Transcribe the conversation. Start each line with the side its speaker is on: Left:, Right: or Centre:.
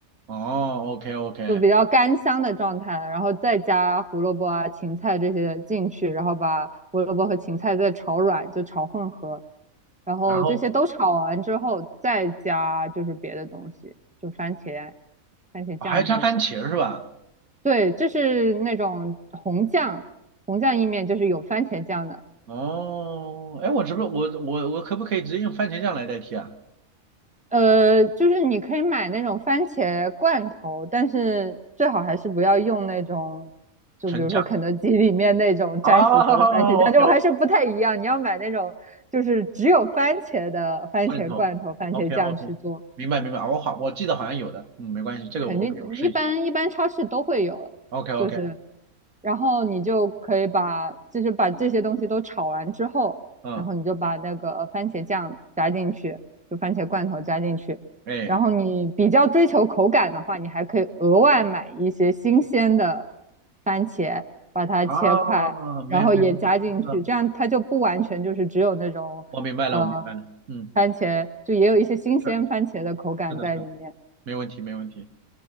Right: 哦，OK OK，
Centre: 就比较干香的状态，然后再加胡萝卜啊、芹菜这些进去，然后把胡萝卜和芹菜再炒软，就炒混合，然后这些都炒完之后，
Right: 然后
Centre: 再加就是别的东西，就番茄、番茄酱进去。
Right: 哦还加番茄是吧？
Centre: 对，这是那种红酱，红酱意面就是有番茄酱的，
Right: 哦，哎，我是不是我我我可不可以直接用番茄酱来代替啊？
Centre: 呃，就是你可以买那种番茄罐头，但是最好还是不要用那种，就比如说肯德基里面那种沾薯条的番茄酱，
Right: 纯酱。哦，OK
Centre: 就我还是不太一样。
Right: OK，
Centre: 你要买那种就是只有番茄的番茄罐头、
Right: 罐头，OK
Centre: 番茄酱去做。
Right: OK，明白明白，哦我好我记得好像有的，嗯，没关系，这个我
Centre: 肯定一般一般超市都会有，
Right: OK，我试一下。OK OK，
Centre: 就是，然后你就可以把就是把这些东西都炒完之后，
Right: 嗯，
Centre: 然后你就把那个番茄酱加进去，就番茄罐头加进去，
Right: 哎，
Centre: 然后你比较追求口感的话，你还可以额外买一些新鲜的番茄，把它切块，
Right: 啊，没有没有，
Centre: 然后也加进去，
Right: 我知道了，
Centre: 这样它就不完全就是只有那种呃
Right: 我明白了，我明白了，嗯，
Centre: 番茄，就也有一些新鲜番茄的口感在里面。
Right: 是是的，是的，没问题没问题，